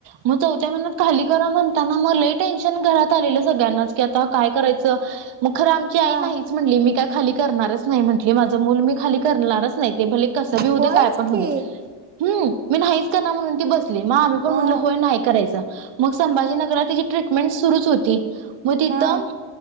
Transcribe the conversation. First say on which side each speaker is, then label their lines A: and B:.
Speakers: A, on the right (about 60°); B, on the right (about 20°).
A: मग चौथ्या महिन्यात खाली करा म्हणताना लय टेन्शन घरात आलेलं सगळ्यांनाच की, आता काय करायचं? मग खरं आमची आई
B: हा
A: नाहीच म्हणली, मी काय खाली करणारच नाही म्हटली. माझ मूल मी खाली करणारच नाही, ते भले कस बी होऊ
B: होयच
A: दे? काय पण होऊ
B: की
A: दे? हम् मी नाहीच करणार म्हणून ती बसली, मग आम्ही पण
B: हा
A: म्हणल होय नाही करायच. मग संभाजीनगरात तिची ट्रीटमेंट सुरुच होती म तिथं
B: हा